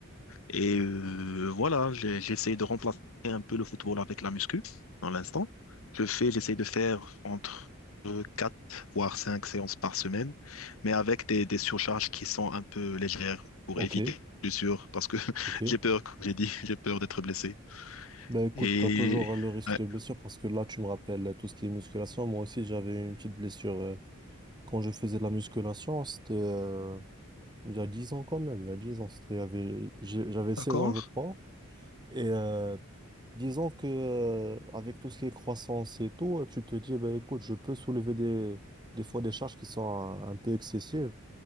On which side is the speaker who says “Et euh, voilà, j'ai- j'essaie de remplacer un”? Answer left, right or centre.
Left